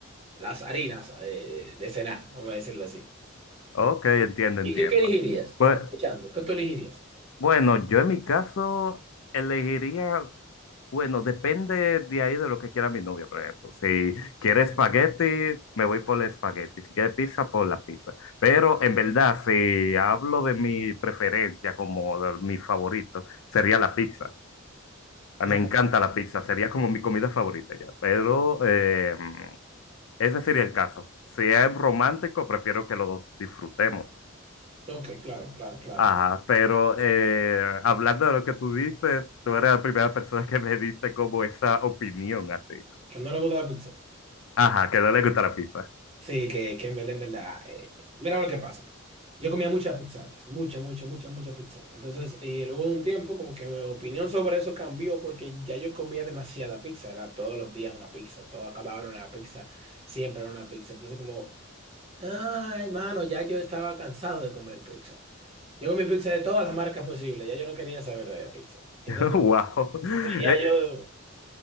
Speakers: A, on the right (about 30°); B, on the left (about 70°).
A: las harinas eh, de cenar, vamos a decirlo así.
B: Ok, entiendo,
A: ¿Y
B: entiendo.
A: tú qué elegirías?
B: Pues
A: Aprovechando, ¿qué tú elegirías?
B: bueno, yo en mi caso elegiría, bueno, depende de ahí de lo que quiera mi novia, por ejemplo. Si quiere espagueti, me voy por el espagueti. Si quiere pizza, por la pizza. Pero en verdad, si hablo de mi preferencia como de mi favorito, sería la pizza. A
A: O
B: mí me encanta la pizza, sería como mi comida favorita ya. Pero eh, ese sería el caso. Si es romántico, prefiero que los dos disfrutemos.
A: sea, ok, claro, claro, claro.
B: Ajá, pero eh, hablando de lo que tú dices, tú eres la primera persona que me dice como esa opinión así.
A: Que no le gusta la pizza.
B: Ajá, que no le gusta la pizza.
A: Sí, que, que en verdad, en verdad. eh, mira lo que pasa. Yo comía mucha pizza antes, mucha, mucha, mucha, mucha pizza. Entonces, eh, luego de un tiempo, como que mi opinión sobre eso cambió porque ya yo comía demasiada pizza. Era todos los días una pizza, toda cada hora una pizza, siempre era una pizza. Entonces, como, ay, mano, ya yo estaba cansado de comer pizza. Yo comí pizza de todas las marcas posibles, ya yo no quería saber de la pizza. Entonces,
B: <laughs> Wow.
A: ya
B: Eh,
A: yo,